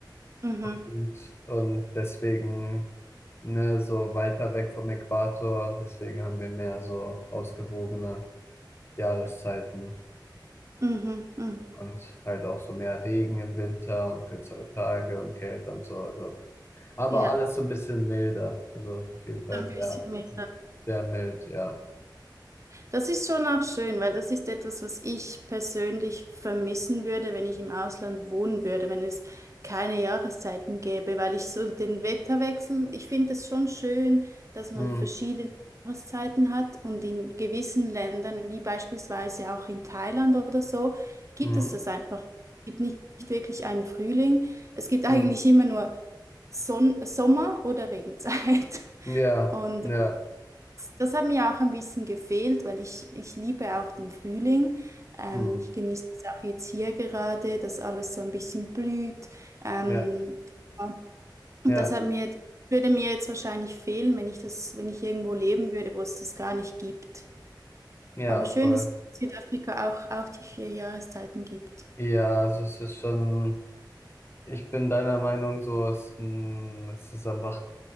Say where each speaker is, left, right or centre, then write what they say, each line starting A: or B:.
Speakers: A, on the right (about 40°); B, on the left (about 30°).
A: Mhm,
B: und, und deswegen ne, so weiter weg vom Äquator und deswegen haben wir mehr so ausgewogene Jahreszeiten
A: mhm, mhm.
B: und halt auch so mehr Regen im Winter und kürzere Tage und Kälte und so. Also. Aber
A: Ja,
B: alles so ein bisschen milder, also auf jeden Fall
A: so ein
B: sehr,
A: bisschen mehr.
B: sehr mild, ja.
A: Das ist schon auch schön, weil das ist etwas, was ich persönlich vermissen würde, wenn ich im Ausland wohnen würde, wenn es keine Jahreszeiten gäbe, weil ich so den Wetterwechsel, ich finde es schon schön, dass man
B: Mhm.
A: verschiedene Jahreszeiten hat und in gewissen Ländern, wie beispielsweise auch in Thailand oder so, gibt
B: Mhm.
A: es das einfach. Es gibt nicht, nicht wirklich einen Frühling. Es gibt eigentlich
B: mm.
A: immer nur Son Sommer oder Regenzeit. <laughs>
B: Ja,
A: Und
B: ja,
A: das hat mir auch ein bisschen gefehlt, weil ich, ich liebe auch den Frühling. Ähm,
B: Mhm.
A: ich genieße es auch jetzt hier gerade, dass alles so ein bisschen blüht. Ähm,
B: ja,
A: ja, und
B: ja.
A: das hat mir, würde mir jetzt wahrscheinlich fehlen, wenn ich das, wenn ich irgendwo leben würde, wo es das gar nicht gibt.
B: Ja,
A: Aber schön,
B: voll.
A: dass es in Südafrika auch, auch die vier Jahreszeiten gibt.
B: Ja, also es ist schon, ich bin deiner Meinung so, es, mm, es ist einfach